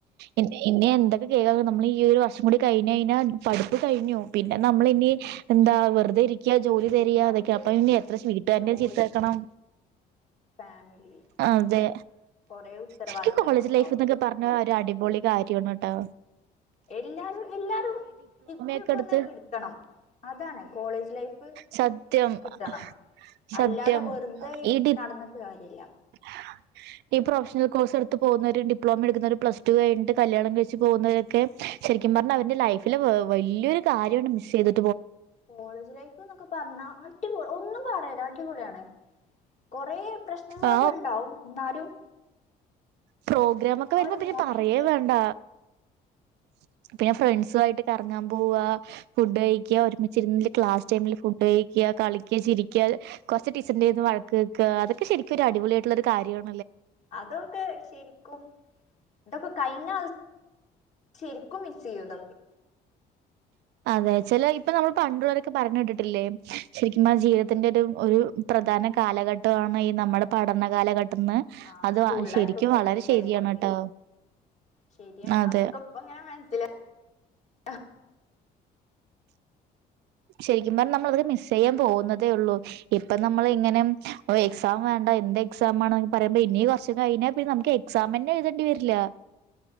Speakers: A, on the right; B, on the left.
A: ഇനി ഇനി എന്തൊക്കെകേൾക്കും നമ്മള് ഈഒരുവർഷംകൂടി കഴിഞ്ഞ് കഴിഞ്ഞാൽപടുപ്പ്കഴിഞ്ഞുപിന്നെ നമ്മളിനി എന്താവെറുതെഇരിക്കയാജോലിതെരയാതെഅതൊക്ക
B: പിന്നെ നമുക്ക്
A: അപ്പൊ ഇനിഎത്രവീട്ടുകാരെ
B: ജോലി
A: ചീത്തകേക്കണം
B: ഫാമിലി
A: അതെ
B: കൊറേ ഉത്തരവാദിത്തങ്ങളൊക്കെ
A: ശരിക്ക്കോളേജ്ലൈഫ്
B: ആവും
A: എന്നൊക്കെപറഞ്ഞഒരുഅടിപ കാര്യണ്കേട്ടോ
B: എല്ലാരുംഎല്ലാരുംഡിഗ്രിഒക്കെഒന്ന്
A: ഒക്കെ എടുത്ത്
B: എടുക്കണംഅതാണ്കോളേജ് ലൈഫ്
A: സത്യം
B: കിട്ടണം
A: അഹ് സത്യം
B: അല്ലാതെ വെറുതെ ഈ
A: ഇടി
B: നടന്നിട്ട് കാര്യല്ല
A: <unintelligible> ഈ പ്രൊഫഷണൽ കോഴ്സ് എടുത്ത് പോകുന്നവര് ഡിപ്ലോമ എടുക്കുന്നവര്പ്ലസ്ടുകഴിഞ്ഞട്ട് കല്യാണം കഴിച്ച് പോകുന്നവരക്കെ ശരി രിക്കുംപറഞ്ഞഅവന്റെലൈഫില് വല്ല്യരുകാര്യമാണ് മിസ്സ്ചെയ്ത്
B: കോളേജ്ലൈഫ്എന്നൊക്കെ പറഞ്ഞാഅടിപൊളിഒന്നുംപറയല്ല അടിപൊളിയാണ് കൊറെ പ്രശ്നങ്ങളൊക്കെഇണ്ടാവും
A: ആ
B: എന്നാലും
A: പ്രോഗ്രാമ്ഒക്കെവരുമ്പോപിന്നെ
B: ആ ഒരു മൊമെന്റ്സ്
A: പറയെവേണ്ട <unintelligible> പിന്നെ ഫ്രണ്ട്സു ആയിട്ട് കറങ്ങാൻ പോവാഫുഡ്കഴിക്കുക ഒരുമിച്ചിരുന്നല്ക്ലാസ്ടൈമില്ഫുഡ് കഴിക്കുക കളിക്കുക ചരിക്കുകകൊറച്ച് ടീച്ചറിന്റെകൈയിന്ന് വഴക്ക് കേക്കുഅതോക്കെശരിക്കുംഒരു അടിപൊളിയിട്ടുള്ളഒരുകാര്യമാണ്
B: അതൊക്കെ ശരിക്കും ഇതൊക്കെ കഴിഞ്ഞ ശരിക്കുംമിസ്സ്ചെയ്യുംഇതൊക്കെ
A: അതെ ചില ഇപ്പൊ നമ്മൾ പണ്ടുള്ളവരൊക്കെ പറഞ്ഞു കേട്ടി ട്ടില്ലേശരിക്കുംആ ജീവിതത്തിന്റെഒരു ഒരു പ്രധാ അയിന്കാലഘട്ടമാണ് ഈ നമ്മുടെ പഠന കാലഘ ട്ടന്ന്
B: ആ
A: അത്ശരിക്കുംവളരെ
B: സ്കൂൾ ലൈഫ് കോളേജ്
A: ശരിയാണ്
B: ലൈഫ് ഒക്കെ
A: ട്ടോ
B: ശരിയാണ്
A: അതെ
B: അതൊക്കെ ഇപ്പ ഇങ്ങനെമനസിലായി ഹ്
A: ശരിക്കും പറഞ്ഞനമ്മള്അവരെ മിസ്സ്ചെയ്യാൻപോകുന്നതേള്ളൂ ഇപ്പംനമ്മള് ഇങ്ങനെഎക്സാം വേണ്ട എന്ത് എക്സാം ആണ് പറയ്പ്പോഇനികൊറച്ച്കഴിഞ്ഞാൽ പിന്ന സാമന്നെ എഴുതേണ്ടി വരില്ല